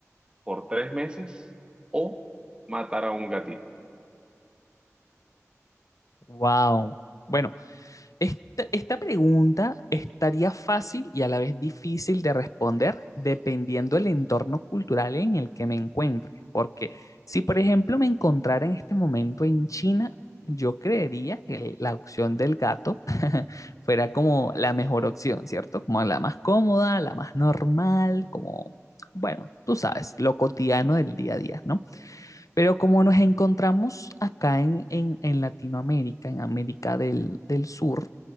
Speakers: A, on the right; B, on the left.
A: por tres meses o matar a un gatito?
B: Wow. Bueno, esta, esta pregunta estaría fácil y a la vez difícil de responder dependiendo del entorno cultural en el que me encuentre. Porque si, por ejemplo, me encontrara en este momento en China, yo creería que el- la opción del gato <laughs> fuera como la mejor opción, ¿cierto? Como la más cómoda, la más normal, como, bueno, tú sabes, lo cotidiano del día a día, ¿no? Pero como nos encontramos acá en, en, en Latinoamérica, en América del, del Sur,